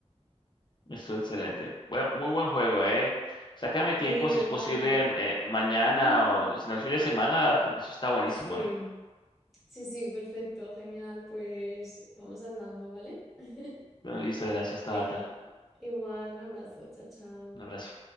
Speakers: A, on the left (about 40°); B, in the centre.
A: Estuvo excelente. Buen- muy buen juego, ¿eh? Sácame
B: Sí,
A: tiempo si
B: igual.
A: es posible mm, eh, mañana
B: Sí,
A: o si no el fin de semana, porque eso está buenísimo,
B: sí.
A: ¿eh?
B: Sí, sí, perfecto, genial. Pues vamos hablando, ¿vale? <laughs>
A: Bueno, listo. Gracias,
B: Venga,
A: Tabata.
B: igual, un abrazo, chao, chao.
A: Un abrazo.